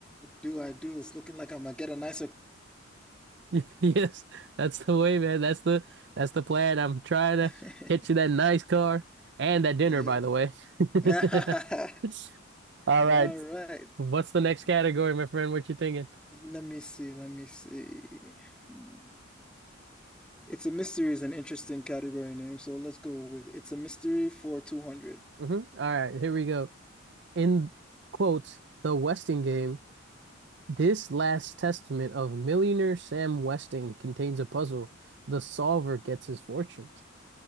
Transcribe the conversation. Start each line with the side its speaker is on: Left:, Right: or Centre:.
Centre: Do I do? It's looking like I'm gonna get a nicer.
Right: <laughs> Yes, that's the way, man. That's the that's the plan. I'm trying to
Centre: <laughs>
Right: get you that nice car and that
Centre: Yep.
Right: dinner, by the way. <laughs>
Centre: <laughs> All
Right: All
Centre: right.
Right: right. What's the next category, my friend? What you thinking?
Centre: Let me see. Let me see. Hmm. It's a mystery is an interesting category name, so let's go with it's a mystery for 200.
Right: hmm All right, here we go. In quotes, the Westing game, this last testament of millionaire Sam Westing contains a puzzle. The solver gets his fortune.